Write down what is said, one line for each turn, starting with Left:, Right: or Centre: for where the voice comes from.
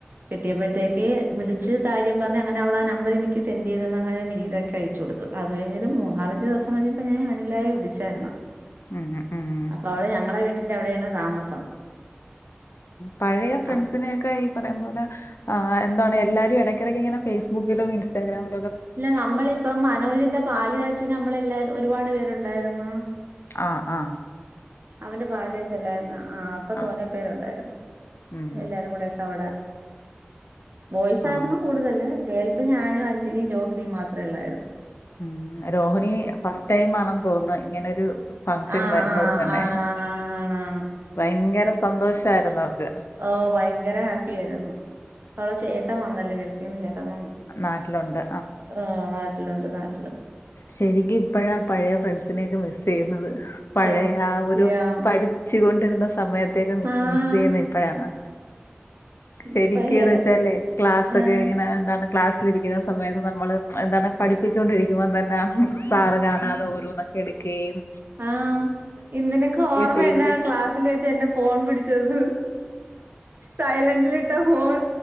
Right: കിട്ടിയപ്പോഴത് ലേക്ക് വിളിച്ച് കാര്യം പർഞ് അങ്ങനവളാ ആ നമ്പറെനിക്ക് സെന്റെയ്തന്ന് അങ്ങനെവിനീതാ കയ്ചൊട്ത്ത് അത് കയ്ഞ്ഞിട്ട് മൂന്നാലഞ്ച് ദിവസം കയ്ഞ്ഞപ്പ ഞാൻ അനിലേയെ വിളിച്ചായ്രുന്നു
Left: ഉം ഉം ഉം
Right: അപ്പഅവള് ഞങ്ങളെ വീട്ടിന്റെ അവിടെണ് താമസം
Left: പഴേ ഫ്രണ്ട്സിനെയൊക്കെ
Right: അപ്
Left: ഈ പറയും പോലെ ആ എന്താണ് എല്ലാരും എടയ്ക്കെടക്ക് ഇങ്ങനെ ഫേസ്ബുക്കിലും ഇൻസ്റ്റാഗ്രാമ്
Right: ഇല്ല നമ്മളിപ്പം മനോജിന്റെ പാല് കാച്ചിന് നമ്മളെല്ലാരും ഒരുപാട് പേരുണ്ടായിരുന്നു
Left: ആഹ ആഹ
Right: അവന്റെ പാല് കാച്ചല്ലായിരുന്ന ആഹ് അപ്പ
Left: ആ
Right: തോനെ പേരുണ്ടായിരുന്നു
Left: ഉം
Right: എല്ലാരും കൂടെ ഒക്കെ അവടെ ബോയ്സായ്രുന്നു
Left: ആ
Right: കൂടുതല് ഗേൾസ് ഞാനും അഞ്ജലിം രോഹിണീം മാത്ര ഉള്ളായ്ര്ന്നു
Left: ഉം രോഹിണി ഫസ്റ്റ് ടൈം ആണെന്ന് തോന്ന്ന്ന് ഇങ്ങനെ രു ഫങ്ഷന്
Right: ആഹ്
Left: വരുന്നത്
Right: ആഹ്
Left: തന്നെ
Right: ആണാണ് ആണാണാണ്
Left: വയങ്കര സന്തോഷായിരുന്നു അവ്ക്ക്
Right: ഓ വയങ്കര ഹാപ്പിയായിരുന്നു പ്പ അവളെ ചേട്ടൻ വന്നല്ലേ ഗൾഫിന്ന് ചേട്ടൻ എറണാക്ലം
Left: നാട്ടിലുണ്ട്
Right: ആ ന്നാട്ട്ലുണ്ട് ന്നാട്ട്
Left: ശെരിക്കും ഇപ്പഴാ പഴേ ഫ്രണ്ട്സിനൊക്കെ മിസ്സെയ്യുന്നത് പഴേ
Right: സത്യം
Left: ആ ഒരു പഠിച്ചു കൊണ്ടിരുന്ന സമയത്തേക്കെ മിക്സ്
Right: ആഹ്
Left: മിസ്സെയ്യുന്നതിപ്പഴാണ് ശെരിക്ക്‌ന്ന്
Right: ഇപ്പ ഈയിടെ
Left: വെച്ചാലെ ക്ലാസ്സൊക്കെ
Right: ഏഹ്
Left: ഇങ്ങനെ എന്താണ് ക്ലാസ്സിലിരിക്കുന്ന സമയത്ത് നമ്മള് എന്താണ് പഠിപ്പിച്ചോണ്ടിരി ക്കുമ്പ തന്നെ സാറ് കാണാതെ ഓരോന്നൊക്കെ എടുക്കേയും
Right: ആഹ ഇന്നെന്ക്ക്‌ ഓർമ്മയ്ണ്ടാ
Left: ചെയ്യുന്നത്
Right: ക്ലാസ്സില് വെച്ച് എന്റെ ഫോൺ പിടിച്ചത് സൈലന്റ്ല്ട്ട ഫോൺ